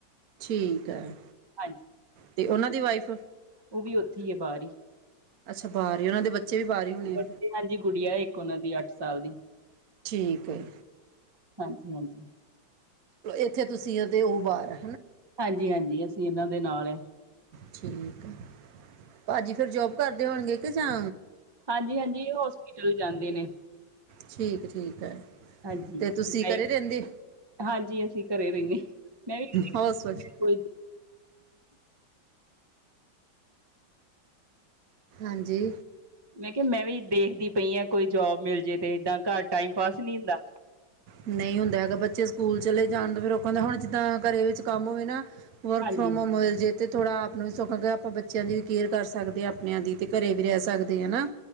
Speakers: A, on the right; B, on the right.
A: ਠੀਕ ਹੈ
B: ਹਾਂਜੀ
A: ਤੇ ਉਹਨਾਂ ਦੀ ਵਾਈਫ?
B: ਉਹ ਵੀ ਉੱਥੇ ਹੀ ਹੈ ਬਾਹਰ ਹੀ
A: ਅੱਛਾ ਬਾਹਰ ਹੀ ਉਹਨਾਂ ਦੇ ਬੱਚੇ ਵੀ ਬਾਹਰ ਹੀ ਹੋਣੇ
B: ਬੱਚੇ
A: ਆ?
B: ਹਾਂਜੀ ਗੁੜੀਆ ਇੱਕ ਉਹਨਾਂ ਦੀ ਅੱਠ ਸਾਲ ਦੀ।
A: ਠੀਕ ਹੈ।
B: ਹਾਂਜੀ ਹਾਂਜੀ
A: ਇੱਥੇ ਤੁਸੀਂ ਅੰਦਰ ਤੇ ਉਹ ਬਾਹਰ।
B: ਹਾਂਜੀ- ਹਾਂਜੀ ਅਸੀਂ ਉਹਨਾਂ ਦੇ ਨਾਲ ਏ।
A: ਠੀਕ ਆ, ਭਾਜੀ ਫਿਰ ਜੋਬ ਕਰਦੇ ਹੋਣਗੇ ਕਿ ਜਾਂ
B: ਹਾਂਜੀ -ਹਾਂਜੀ ਉਹ ਹੋਸਪਿਟਲ ਜਾਂਦੇ ਨੇ।
A: ਠੀਕ, ਠੀਕ ਹੈ।
B: ਹਾਂਜੀ
A: ਅਤੇ ਤੁਸੀਂ
B: ਗਏ,
A: ਘਰ ਰਹਿੰਦੇ
B: ਹਾਂਜੀ ਅਸੀਂ ਘਰੇ ਰਹਿੰਦੇ। ਮੈਂ ਵੀ
A: ਹੋ ਸਵੱਛ
B: ਕੋਈ
A: ਹਾਂਜੀ।
B: ਮੈਂ ਕਿਹਾ ਮੈਂ ਵੀ ਦੇਖਦੀ ਪਈ ਆ, ਕੋਈ ਜੋਬ ਮਿਲ ਜੇ ਤੇ ਏਦਾਂ ਘਰ ਟਾਈਮ ਪਾਸ ਨਹੀ ਹੁੰਦਾ।
A: ਨਹੀਂ ਹੁੰਦਾ ਹੈਗਾ ਬੱਚੇ ਸਕੂਲ ਚਲੇ ਜਾਣ ਤੇ ਫੇਰ ਔਖੈ ਨਾ ਹੁਣ ਜਿੱਦਾਂ ਘਰੇ ਵਿੱਚ ਕੰਮ ਹੋਵੇ ਨਾ ਵਰਕ
B: ਹਾਂਜੀ
A: ਫਰੋਮ ਹੋਮ ਹੋ ਜੇ ਤੇ ਥੋੜਾ ਆਪ ਨੂੰ ਵੀ ਸੌਖਾ ਆਪਾਂ ਬੱਚਿਆਂ ਦੀ ਵੀ ਕੇਅਰ ਕਰ ਸਕਦੇ ਹਾਂ ਆਪਿਆਂ ਦੀ ਤੇ ਘਰੇ ਵੀ ਰਹਿ ਸਕਦੇ ਹਨਾ।